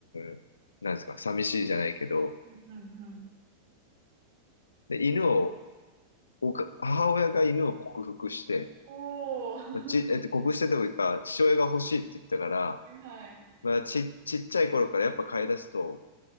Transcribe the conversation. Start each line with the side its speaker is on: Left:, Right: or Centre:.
Left: ん、なんですか、寂しいじゃないけど、
Right: うんうん。
Left: で、犬をおか母親が犬を克服して、
Right: おー、<laughs> は
Left: ち、えっと、克服してというか、父親が欲しいって言ったから、
Right: いはい、
Left: まあ、ち、ちっちゃい頃からやっぱ飼い出すと、